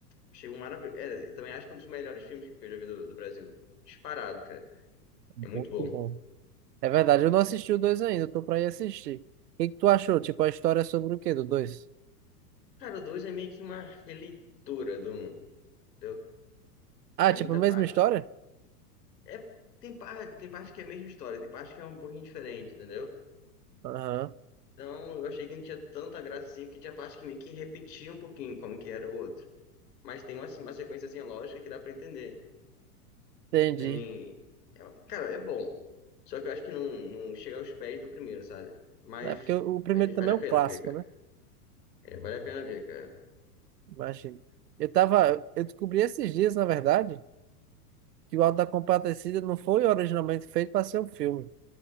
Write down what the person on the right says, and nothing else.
Muito
bom. É verdade, eu não assisti o dois ainda, eu tô pra ir assistir. O que que tu achou? Tipo, a história é sobre o quê do dois?
Ah,
tipo,
a mesma
história?
Aham,
entendi.
É porque o o primeiro
também
é
um clássico,
né?
Imagina. Eu tava, eu descobri esses dias, na verdade, que o Auto da Compadecida não foi originalmente feito para ser um filme.